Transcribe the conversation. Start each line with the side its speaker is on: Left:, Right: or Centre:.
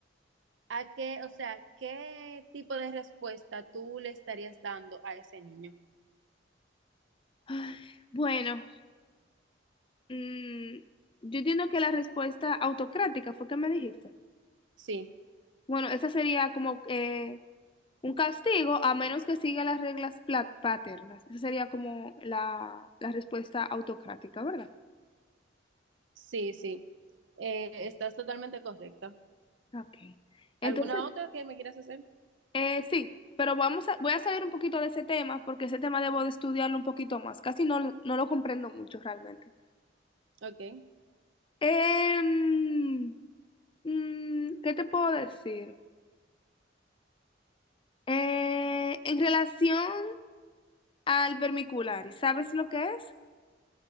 Right: ¿A qué, o sea, qué tipo de respuesta tú le estarías dando a ese niño?
Left: Ay, bueno, mm, yo entiendo que la respuesta autocrática fue que me dijiste.
Right: Sí,
Left: Bueno, esa sería como eh, Un castigo a menos que siga las reglas pla- paternas. Esa sería como la, la respuesta autocrática, ¿verdad?
Right: sí, sí. Eh, estás totalmente correcta.
Left: Ok. Entonces,
Right: ¿Alguna otra que me quieras hacer?
Left: eh, sí, pero vamos a, voy a salir un poquito de ese tema porque ese tema debo de estudiarlo un poquito más. Casi no, lo- no lo comprendo mucho realmente.
Right: Ok.
Left: Em, mm, ¿qué te puedo decir? Eh, en relación al vermicular, ¿sabes lo que es?